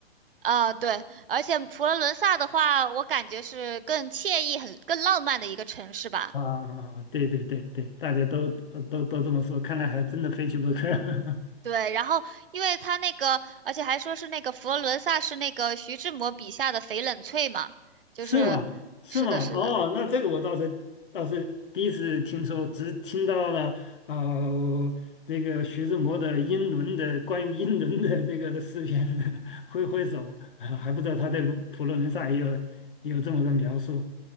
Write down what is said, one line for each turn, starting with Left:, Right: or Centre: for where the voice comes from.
Right: 啊，对，而且佛罗伦萨的话，我感觉是更惬意、很更浪漫的一个城市吧。
Left: 啊，对对对对，大家都都都这么说，看来还真的非去不可。<laughs>
Right: 对，然后因为他那个，而且还说是那个佛罗伦萨是那个徐志摩笔下的翡冷翠嘛，就是，
Left: 是吗？是吗？
Right: 是的，是的，
Left: 哦，那这个我倒是倒是第一次听说，只听到了呃这个徐志摩的英伦的关于英伦的这个诗篇，<laughs> 挥挥手，啊还不知道他对卢佛罗伦萨也有也有这么个描述